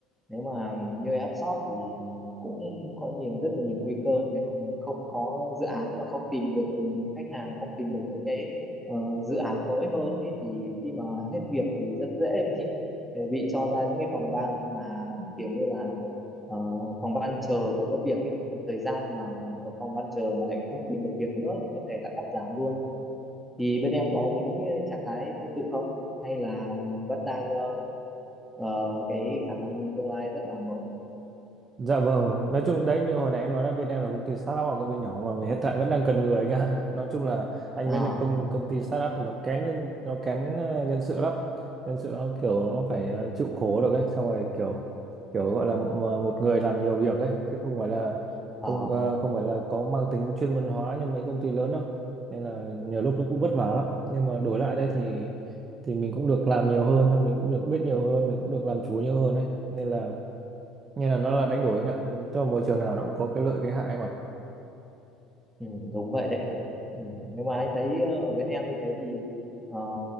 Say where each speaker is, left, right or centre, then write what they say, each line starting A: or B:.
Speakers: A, in the centre; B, on the right (about 30°).
A: nếu mà như app shop thì cũng có nhiều rất là nhiều nguy cơ nếu mà không có dự án mà không tìm được khách hàng không tìm được những cái ờ, dự án mới hơn ý, thì khi mà hết việc thì rất dễ <laughs> bị ờ, bị cho ra những cái phòng ban mà kiểu như là ờ, phòng ban chờ không có việc ấy một thời gian mà ở phòng ban chờ mà lại không tìm được việc nữa thì có thể là cắt giảm luôn thì bên em có dính ờ, trạng thái tương tự không hay là vẫn đang ờ, ờ, cái khả năng tương lai rất là mờ
B: Dạ vâng, nói chung đấy như hồi nãy em nói là bên em là công ty startup hoặc công ty nhỏ mà hiện tại vẫn đang cần người anh ạ. Nói chung là anh
A: à,
B: với lại công công ty startup thì nó kén nhân nó kén ờ, nhân sự lắm. Nhân sự nó kiểu nó phải
A: ừ,
B: ờ, chịu khổ được ấy, xong rồi kiểu kiểu gọi là mà một người làm nhiều việc ấy chứ không phải là
A: ờ,
B: không ờ, không phải là có mang tính chuyên môn hóa như mấy công ty lớn đâu. Nên là nhiều lúc
A: ừ,
B: nó cũng vất vả lắm, nhưng mà đổi lại đây thì thì mình cũng được làm nhiều hơn, xong mình cũng được biết nhiều hơn, mình cũng được làm chủ nhiều hơn đấy. Nên là như là nó là đánh đổi anh ạ, tức là môi trường nào nó cũng có cái lợi cái hại mà.
A: ừ, đúng vậy đấy ừ, nhưng mà anh thấy ờ, ở bên em như thế thì ờ,